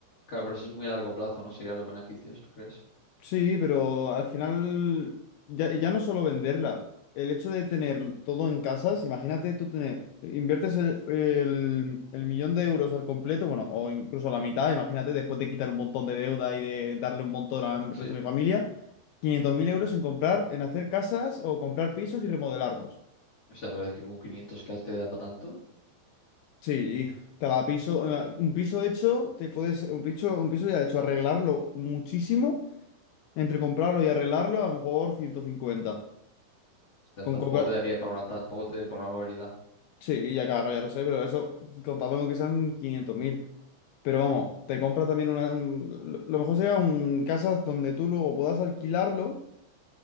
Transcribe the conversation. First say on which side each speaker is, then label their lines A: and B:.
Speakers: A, on the left; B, on the left.
A: Claro, pero eso es muy a largo plazo, ¿no? Serían los beneficios, ¿tú crees?
B: Sí, pero al final ya, ya no solo venderla. El hecho de tener todo en casas, imagínate tú tener, inviertes el, el- el millón de euros al completo, bueno, o incluso la mitad, imagínate después de quitar un montón de deuda y de darle un montón al resto
A: Sí.
B: de mi familia, 500.000 euros en comprar, en hacer casas o comprar pisos y remodelarlos.
A: O sea, pero es que con 500k te da para tanto. O
B: Sí, cada piso, eh, un piso hecho, te puedes, un piso, un piso ya hecho, arreglarlo muchísimo, entre comprarlo y arreglarlo, a lo mejor ciento cincuenta
A: sea,
B: Con
A: tampoco
B: comprar,
A: te daría para una... Tampoco te daría para una barbaridad.
B: sí, ya claro, ya lo sé, pero eso, contando con que sean quinientos mil Pero vamos, te compras también una, un- lo lo mejor sería un casas donde tú luego puedas alquilarlo